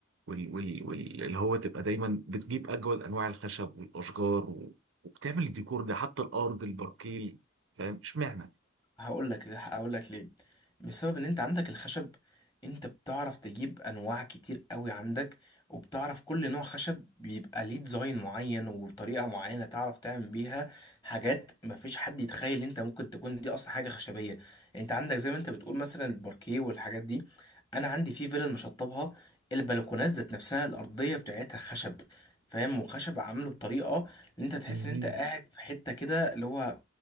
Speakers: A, on the right (about 75°); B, on the left (about 20°).
A: وال وال وال اللي هو تبقى دايما بتجيب اجمل انواع الخشب والاشجار و... وبتعمل الديكور ده حتى الارض الباركيل فاهم اشمعنى
B: هقول لك هقول لك ليه بسبب ان انت عندك الخشب انت بتعرف تجيب انواع كتير قوي عندك وبتعرف كل نوع خشب بيبقى ليه ديزاين معين وبطريقة معينة تعرف تعمل بيها حاجات مفيش حد يتخيل ان انت ممكن تكون دي اصلا حاجة خشبية انت عندك زي ما انت بتقول مثلا الباركيه والحاجات دي انا عندي في فيلل مشطبها البلكونات ذات نفسها الارضية بتاعتها خشب فاهم وخشب عامله بطريقة ان انت تحس
A: مهم.
B: ان انت قاعد في حتة كده اللي هو